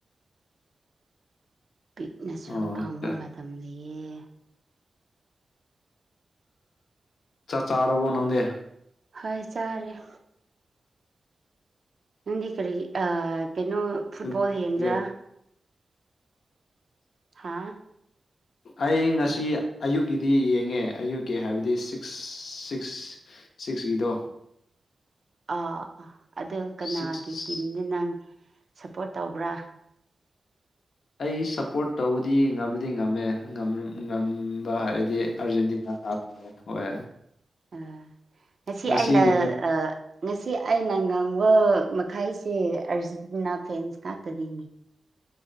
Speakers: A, on the right; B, on the left.
A: ꯄꯤꯛꯅꯁꯨ
B: ꯑꯣ
A: ꯐꯪꯕ
B: ꯆꯥꯛ
A: ꯃꯇꯝ ꯂꯩꯌꯦ
B: ꯆꯥꯛ ꯆꯥꯔꯕꯣ ꯅꯪꯗꯤ
A: ꯍꯣꯢ ꯆꯥꯔꯦ ꯅꯪꯗꯤ ꯀꯔꯤ ꯑꯥ ꯀꯩꯅꯣ
B: ꯃꯊꯦꯜꯒꯦ
A: ꯐꯨꯠꯕꯣꯜ ꯌꯦꯡꯗ꯭ꯔꯥ ꯍꯥꯥ
B: ꯑꯩ ꯉꯁꯤ ꯑꯌꯨꯛꯀꯤꯗꯤ ꯌꯦꯡꯉꯦ ꯑꯌꯨꯛꯀꯤ ꯍꯥꯏꯕꯗꯤ ꯁꯤꯛꯁ ꯁꯤꯛꯁ ꯁꯤꯛꯁꯀꯤꯗꯣ
A: ꯑꯥ ꯑꯗꯨ ꯀꯅꯥꯒꯤ
B: ꯁꯤꯛꯁ
A: ꯇꯤꯝꯗ ꯅꯪ ꯁꯞꯄꯣꯔꯠ ꯇꯧꯕ꯭ꯔꯥ
B: ꯑꯩ ꯁꯞꯄꯣꯔꯠ ꯇꯧꯕꯗꯤ ꯉꯝꯃꯗꯤ ꯉꯝꯃꯦ ꯉꯝꯕ ꯍꯥꯏ ꯑꯩꯗꯤ ꯑꯥꯔꯖꯦꯟꯇꯤꯅꯥ ꯂꯥꯁ ꯇꯥꯔꯦ ꯍꯣꯏ
A: ꯑꯥ ꯉꯁꯤ
B: ꯉꯁꯤꯒꯤ
A: ꯑꯩꯅ ꯑꯥ ꯉꯁꯤ ꯑꯩꯅ ꯉꯥꯡꯕ ꯃꯈꯥꯏꯁꯦ ꯑꯥꯔꯖꯦꯟꯇꯤꯅꯥ ꯐꯦꯟꯁ ꯉꯥꯛꯇꯅꯤ